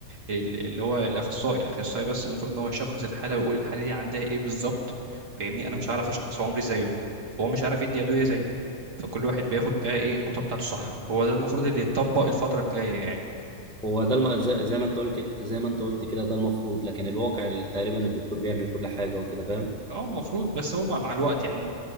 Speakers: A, on the right; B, in the centre.
A: ال- اللي هو الأخصائي الأخصائي بس المفروض إن هو يشخص الحالة ويقول الحالة دي عندها إيه بالظبط فاهمني أنا
B: مم.
A: مش عارف أشخص عمري زيه وهو مش عارف يدي أدوية زيي فكل واحد بياخد بقى إيه النقطة بتاعته صح هو ده المفروض اللي يتطبق الفترة الجاية يعني
B: هو ده الم... زي زي ما انت قلت كت- زي ما انت قلت كده ده المفروض لكن الواقع ال- تقريبا الدكتور بيعمل كل حاجه وكده فاهم؟
A: اه المفروض بس هو مع مع الوقت يعني